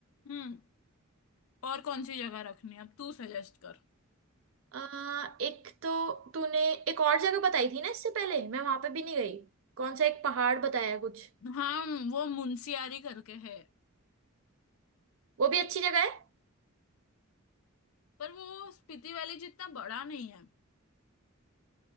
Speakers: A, on the left; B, on the right.
A: हम्म और कौन सी जगह रखनी है अब तू सजेस्ट कर
B: अ, एक तो तूने एक और जगह बताई थी ना इससे पहले मैं वहां पे भी नहीं गई कौन सा एक पहाड़ बताया है कुछ
A: हाँ वो मुंशियारी करके है
B: वो भी अच्छी जगह है
A: पर वो स्पीति वैली जितना बड़ा नहीं है